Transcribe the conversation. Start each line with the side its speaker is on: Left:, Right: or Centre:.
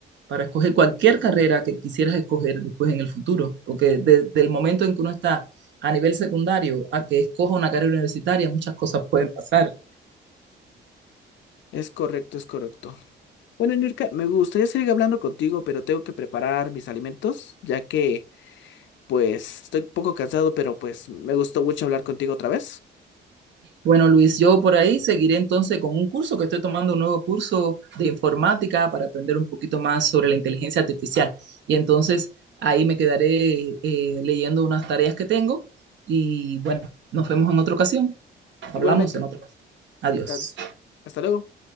Right: para escoger cualquier carrera que quisieras escoger después en el futuro, porque desde el momento en que uno está a nivel secundario a que escoja una carrera universitaria, muchas cosas pueden pasar.
Left: Es correcto, es correcto. Bueno, Nurka, me gustaría seguir hablando contigo, pero tengo que preparar mis alimentos, ya que pues estoy un poco cansado, pero pues me gustó mucho hablar contigo otra vez.
Right: Bueno, Luis, yo por ahí seguiré entonces con un curso que estoy tomando, un nuevo curso de informática para aprender un poquito más sobre la inteligencia artificial. Y entonces ahí me quedaré eh, leyendo unas tareas que tengo y bueno, nos vemos en otra ocasión. Hablamos
Left: Igualmente.
Right: en otra ocasión. Adiós.
Left: Gracias. Hasta luego.